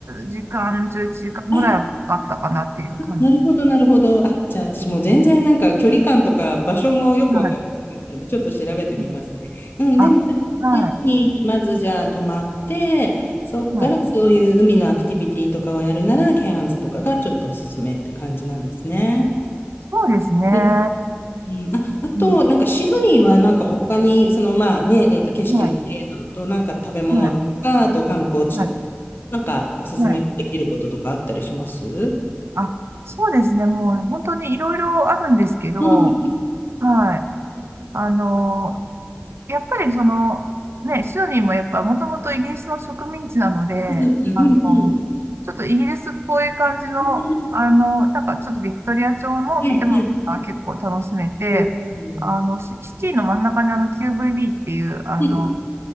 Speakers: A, on the right; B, on the left.
A: 10時間、11時間ぐらいあったかなっていう感
B: あ、なるほど、なるほど。あ、じゃあ私もう全然なんか距離感とか場所もよくわかってなかったんで、
A: じ。はい。
B: ちょっと調べてみますね。
A: うん
B: うん、
A: あ、
B: でも、
A: は
B: シドニーにまずじゃあ泊まって、そっからそういう海のアクティビティとかをやるなら、
A: い。はい。
B: ケアンズとかがちょっとおすすめって感じなんですね。
A: そうですね。
B: うんうんあ、あと、
A: うん。
B: なんかシドニーはなんか他に、そのまあね、えっと、景色の綺麗なのと、
A: はい。
B: なんか食べ物とか、
A: はい。
B: あと観光地とか、
A: はい。
B: なんかおすすめできることとかあったりします
A: はい。あ、そうですね。もう本当にいろいろあるんですけど、
B: うん、そ
A: はい。あの、やっぱりその、ね、シドニーもやっぱもともとイギリスの植民地なので、
B: うそうそう、
A: あの、
B: うんうん。
A: ちょっとイギリスっぽい感じの、
B: ええ、
A: あの、なんかちょっとビクトリア朝の建物が結構楽しめて、
B: はいはい、そううん、
A: あの、シシティの真ん中にあの QVB っていう、あの、
B: うん。